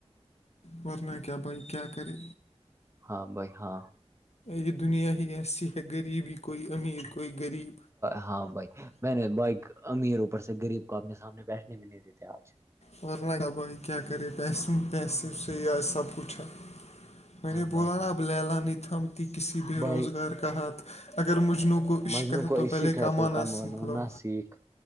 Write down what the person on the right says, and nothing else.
ہاں بائی ہاں
ہاں بھائی میں نے بھائی امیر اوپر سے غریب کو اپنے سامنے بیٹھنے میں نہیں دیتے آج
ہاں
بھائی
ہاں
بھائی
مجنوع
کو
شق ہے
تو کم
نہ سیکھ